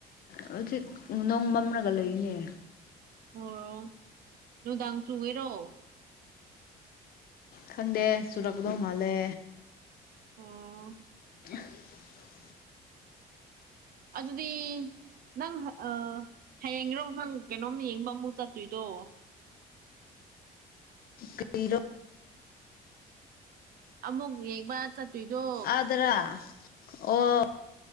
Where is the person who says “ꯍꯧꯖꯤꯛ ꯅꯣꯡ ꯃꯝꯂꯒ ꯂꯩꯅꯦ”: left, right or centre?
Left